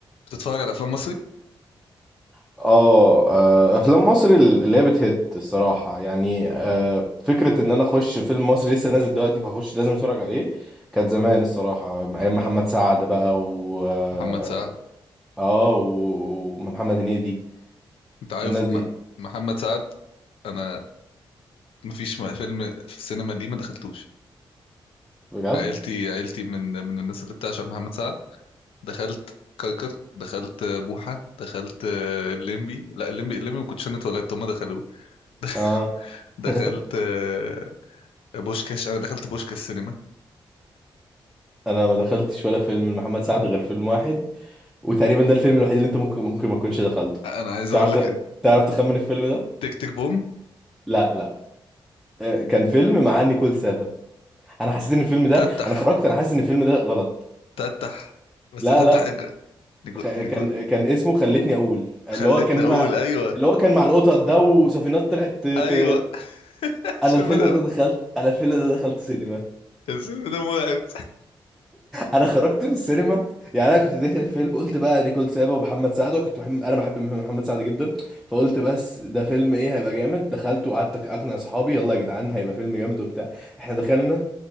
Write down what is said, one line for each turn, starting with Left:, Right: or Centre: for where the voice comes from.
Left: بتتفرج على افلام مصري
Centre: اه آه، افلام مصر اللي هي بتهت الصراحه يعني آه، فكره ان انا اخش فيلم مصري لسه نازل دلوقتي فاخش لازم اتفرج عليه كانت زمان الصراحه ايام محمد سعد بقى و اه
Left: محمد سعد
Centre: آه، و- ومحمد هنيدي
Left: انت عارف
Centre: الناس دي
Left: م... محمد سعد انا مفيش م- فيلم في السينما ليه ما دخلتوش
Centre: بجد
Left: عيلتي عيلتي من من الناس اللي بتعشق محمد سعد دخلت كركر دخلت بوحة دخلت آه، الليمبي لا الليمبي الليمبي ما كنتش انا اتولدت هم دخلوه <laughs>
Centre: اه
Left: دخلت
Centre: <laughs>
Left: آه، بوشكاش انا دخلت بوشكاش سينما
Centre: انا ما دخلتش ولا فيلم لمحمد سعد غير فيلم واحد وتقريبا ده الفيلم الوحيد اللي انت ممكن ممكن ما تكونش دخلته
Left: انا عايز اقول
Centre: تعرف
Left: لك
Centre: تعرف تخمن الفيلم ده
Left: تك تك بوم
Centre: لا لا آه، كان فيلم مع نيكول سابا انا حسيت ان الفيلم ده
Left: تتح
Centre: انا خرجت انا حاسس ان الفيلم ده غلط
Left: تتح بس
Centre: لا
Left: تتح
Centre: لا
Left: الج- نيكو...
Centre: خ-
Left: نيكو...
Centre: كان كان اسمه خلتني اقول اللي
Left: خلتني
Centre: هو كان
Left: اقول
Centre: مع
Left: ايوه
Centre: اللي هو كان مع القطط ده وسفينات طلعت ت... ت...
Left: ايوه <laughs>
Centre: انا
Left: الفيلم
Centre: الفيلم
Left: ده
Centre: ده دخلت انا الفيلم ده دخلت سينما
Left: الفيلم ده مرعب
Centre: انا خرجت من السينما يعني انا كنت داخل الفيلم قلت بقى نيكول سابا ومحمد سعد وكنت بحب انا بحب محمد سعد جدا فقلت بس ده فيلم ايه هيبقى جامد دخلت وقعدت اقنع صحابي يلا يا جدعان هيبقى فيلم جامد وبتاع احنا دخلنا